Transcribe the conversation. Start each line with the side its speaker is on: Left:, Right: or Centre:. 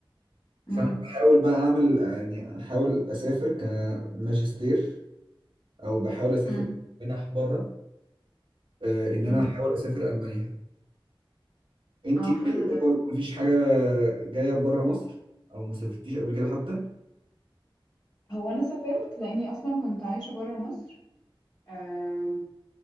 Left: مم.
Right: فانا بحاول بقى اعمل يعني احاول اسافر كماجستير او بحاول اسافر
Left: مم.
Right: منح بره أه ان انا
Left: مم.
Right: احاول اسافر المانيا انت
Left: اه حلو ده
Right: برضه مفيش حاجه جايه بره مصر او ما سافرتيش قبل كده حتى
Left: هو انا سافرت لاني اصلا كنت عايشه بره مصر آم،